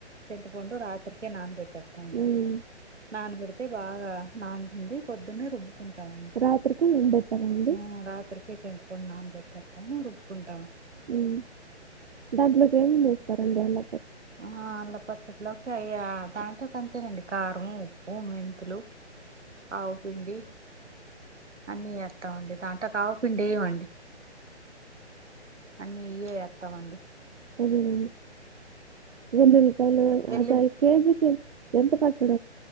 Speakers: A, on the right; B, on the right.
A: చెంతపండు రాత్రికి నాన్ పెట్ పెతండి
B: మ్మ్.
A: నాన్నబడితే బాగా నాన్నంది పొద్దున్నే రుబ్బుకుం తం
B: రాత్రికి నానబెట్టాలా అండి
A: ఉమ్ రాత్రకి చింతపండ్ నాన్ పెట్టుకుంటాను రుబ్కుంట
B: ఉమ్ దాంట్లోకి ఏంవేస్తారండి అళ్ళ
A: ఆ అల్ల పచ్చట్లుకే అయ్యా దాంట్ అంతేనండి కారం ఉప్పు మెంతులు ఆవుపిండి అన్ని అతమడి తంట్లోకి అవ పిండి వేయండి అన్నీ ఇయ్యే ఏస్తామండి
B: అదేనండి వెల్లుఉల్లిపాయలు
A: వెల్లుల్లి
B: అద కేజీకి ఎంత పచ్చడ